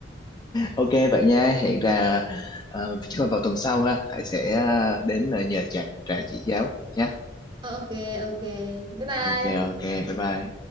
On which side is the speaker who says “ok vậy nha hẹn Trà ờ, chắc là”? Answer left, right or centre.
Left